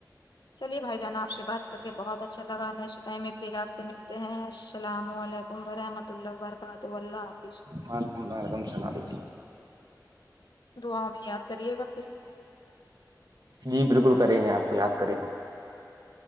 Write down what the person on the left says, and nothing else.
چلیے بھائی جانا آپ سے بات کر کے بہت اچھا لگا نیکسٹ ٹائم میں پھر آپ سے ملتے ہیں السلام علیکم ورحمۃہ اللہ و برکاتہ اللہ حا
دعاؤ میں یاد کریے گا پھر